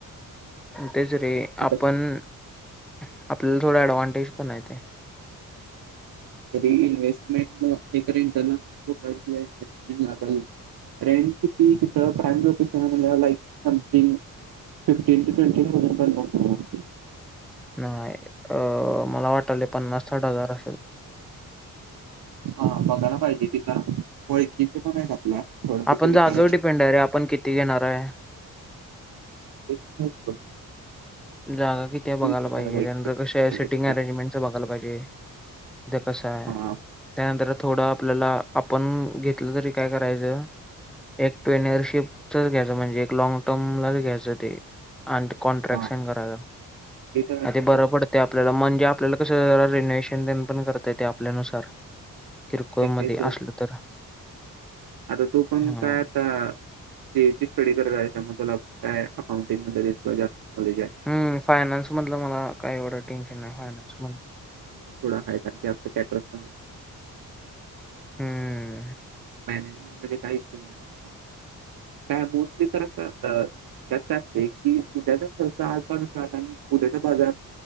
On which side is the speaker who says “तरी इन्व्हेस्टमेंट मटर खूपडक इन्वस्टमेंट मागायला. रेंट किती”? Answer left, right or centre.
Right